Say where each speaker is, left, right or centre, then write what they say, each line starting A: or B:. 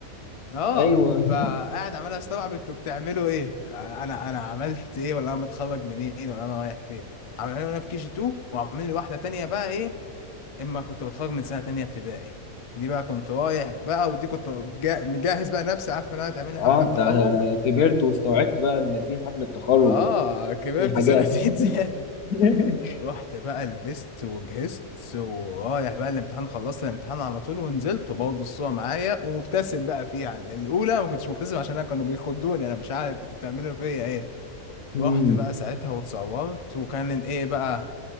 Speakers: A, on the left; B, on the left.
A: اه
B: ايوه
A: فقاعد عمال استوعب انتوا بتعملوا ايه انا انا عملت ايه ولا انا متخرج منين ولا انا رايح فين عاملين لي وانا في كي جي 2 وعاملين لي واحده تانية بقى ايه اما كنت بتخرج من سنه تانية ابتدائي دي بقى كنت رايح بقى ودي كنت جا- مجهز بقى نفسي عارف ان انا هتعمل لي
B: اه
A: حفله
B: انت
A: تخرج
B: كبرت واستوعبت بقى ان في حفلة تخرج
A: اه
B: وفي
A: كبرت
B: حاجات
A: سنتين <laughs> زياده
B: <laughs>
A: رحت بقى لبست وجهزت ورايح بقى الامتحان خلصت الامتحان على طول ونزلت وبرضه الصورة معايا ومبتسم بقى فيها الأولى ما كنتش مبتسم عشان أنا كانوا بيخدوني أنا مش عارف أنتوا بتعملوا فيا إيه
B: مم.
A: رحت بقى ساعتها واتصورت وكان إيه بقى